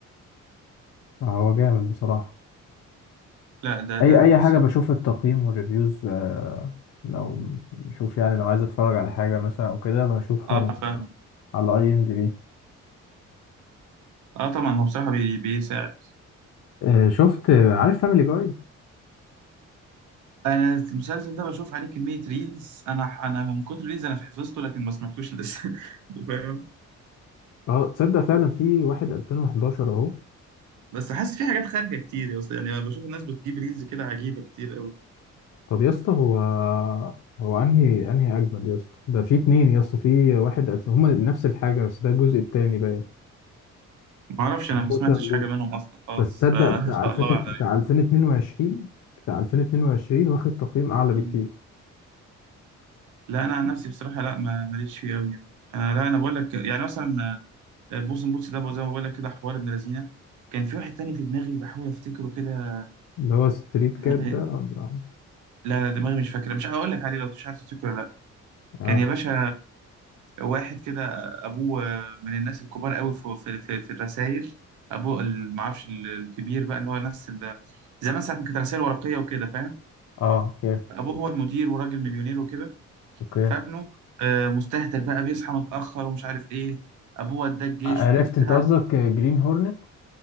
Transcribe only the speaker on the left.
آه، هو جامد بصراحة
اي
اي
حاجة
بشوف
التقييم والريفيوز آه، لو بشوف يعني لو عايز اتفرج على حاجة مثلا او كده بشوفها
من
على اي ام دي بي
آه، شفت آه، عارف فاميلي جاي
اه تصدق فعلا في واحد 2011 اهو
طب يا اسطى هو هو انهي انهي اجمد يا اسطى ده في اتنين يا اسطى في واحد 2000 هما نفس الحاجة بس ده الجزء التاني باين
بوسن
بس تصدق
بتاع
2000
بتاع
2022 بتاع 2022 واخد تقييم اعلى
بكتير
اللي هو ستريت
كات ده ولا
اه
اه اوكي
اوكي
عرفت
انت قصدك جرين هورنت